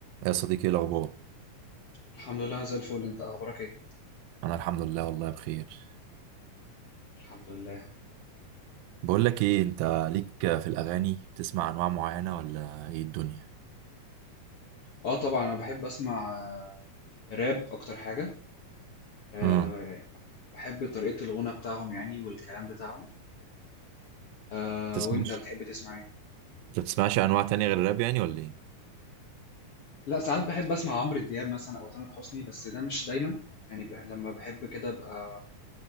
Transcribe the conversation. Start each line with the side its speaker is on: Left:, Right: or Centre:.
Right: يا صديقي ايه الاخبار
Left: الحمد لله أنا زي الفل انت اخبارك ايه
Right: انا الحمد لله والله بخير
Left: الحمد لله
Right: بقول لك ايه انت ليك في الاغاني بتسمع انواع معينه ولا ايه الدنيا
Left: اه طبعا انا بحب اسمع آه، راب اكتر حاجه آه
Right: امم
Left: بحب طريقه الغنى بتاعهم يعني والكلام بتاعهم آه
Right: تسمعش
Left: وانت بتحب تسمع ايه
Right: انت بتسمعش انواع تانية غير الراب يعني ولا ايه
Left: لا ساعات بحب اسمع عمرو دياب مثلا او تامر حسني بس ده مش دايما يعني ب... لما بحب كده ابقى